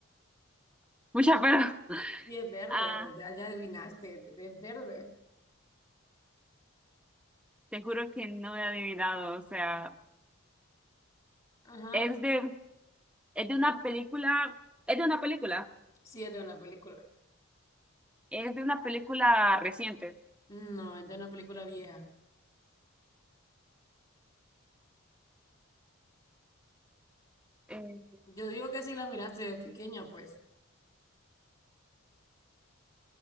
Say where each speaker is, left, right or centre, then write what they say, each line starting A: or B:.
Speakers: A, in the centre; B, on the left (about 25°).
A: Mucha pero... <laughs>
B: Sí, es verde,
A: Ah,
B: ya, ya adivinaste, es verde.
A: te juro que no he adivinado, o sea,
B: Ajá,
A: es de, es de una película, es de una película,
B: sí, es de una película.
A: es de una película reciente,
B: No, es de una película vieja.
A: eh,
B: Yo digo que si la miraste de pequeña, pues.